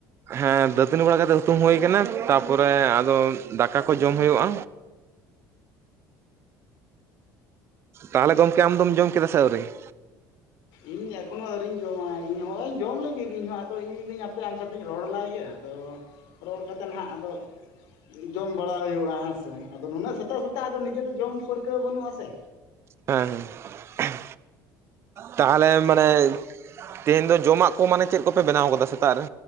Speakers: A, on the right; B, on the left.
A: ᱦᱮᱸ ᱫᱟᱹᱛᱟᱹᱱᱤ ᱵᱟᱲᱟ ᱠᱟᱛᱮᱜ ᱦᱩᱛᱩᱢ ᱦᱩᱭ ᱟᱠᱟᱱᱟ ᱛᱟᱯᱚᱨᱮ ᱟᱫᱚ ᱫᱟᱠᱟ ᱠᱚ ᱡᱚᱢ ᱦᱩᱭᱩᱜᱼᱟ ᱛᱟᱦᱚᱞᱮ ᱜᱚᱢᱠᱮ ᱟᱢᱫᱚᱢ ᱡᱚᱢ ᱠᱮᱫᱟ ᱥᱮ ᱟᱹᱣᱨᱤ? <inaudible>
B: ᱤᱧ ᱮᱠᱷᱚᱱᱳ ᱟᱹᱣᱨᱤᱧ ᱡᱚᱢᱟ ᱤᱧ ᱦᱚᱸᱜᱼᱚᱭ ᱤᱧ ᱡᱚᱢ ᱞᱟᱹᱜᱤᱫ ᱤᱧᱦᱚᱸ ᱟᱫᱚ ᱢᱤᱱᱤᱫᱟᱹᱧ ᱦᱟᱯᱮ ᱟᱢ ᱥᱟᱛᱮᱧ ᱨᱚᱲᱞᱟᱭᱜᱮ ᱟᱫᱚ ᱨᱚᱲ ᱠᱟᱛᱮᱫ ᱱᱦᱟᱜ ᱟᱫᱚ ᱡᱚᱢ ᱵᱟᱲᱟ ᱦᱩᱭᱩᱜᱼᱟ ᱦᱮᱸᱥᱮ ᱟᱫᱚ ᱱᱩᱱᱟᱹᱜ ᱥᱮᱛᱟᱜ ᱥᱮᱛᱟᱜ ᱟᱫᱚ ᱱᱤᱡᱮ ᱫᱚ ᱡᱚᱢ ᱯᱟᱹᱨᱠᱟᱹᱣ ᱵᱟᱹᱱᱩᱜᱼᱟ ᱥᱮ,
A: ᱦᱮᱸ ᱦᱮᱸ ᱛᱟᱦᱚᱞᱮ ᱢᱟᱱᱮ ᱛᱮᱦᱮᱧ ᱫᱚ ᱡᱚᱢᱟᱜ ᱠᱚ ᱢᱟᱱᱮ ᱪᱮᱫ ᱠᱚᱯᱮ ᱵᱮᱱᱟᱣ ᱟᱠᱟᱫᱟ ᱥᱮᱛᱟᱜ ᱨᱮ?